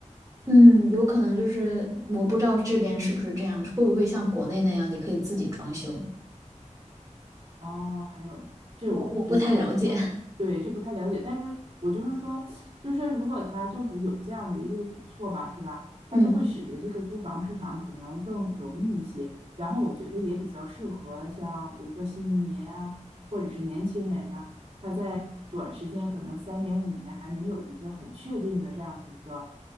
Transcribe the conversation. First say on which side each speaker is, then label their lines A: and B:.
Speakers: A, on the right; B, on the right.
A: 嗯，有可能就是我不知道这边是不是这样，会不会像国内那样，你可以自己装修，
B: 哦，还有这我这我不知道，
A: 我我不太了解，
B: 对，这不太了解。但是我就是说，就是说，如果他政府有这样的一个举措吧，是吧？
A: <laughs> 嗯
B: 它就会使得这个租房市场可能更容易一些。然后我觉得也比较适合像比如说新移民啊，或者是年轻人呐、他在短时间可能三年五年还没有一个很确定的这样的一个